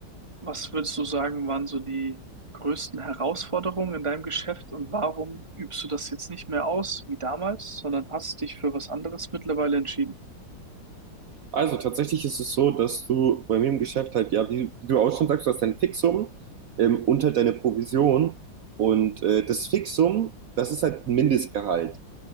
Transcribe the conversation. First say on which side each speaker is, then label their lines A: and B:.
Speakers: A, on the right (about 20°); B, on the right (about 65°).
A: was würdest du sagen, waren so die größten Herausforderungen in deinem Geschäft und warum übst du das jetzt nicht mehr aus wie damals, sondern hast dich für was anderes mittlerweile entschieden?
B: Also tatsächlich ist es so, dass du bei mir im Geschäft halt, ja, wie, wie du auch schon sagst, du hast dein Fixum ähm, und halt deine Provision. Und äh, das Fixum, das ist halt ein Mindestgehalt.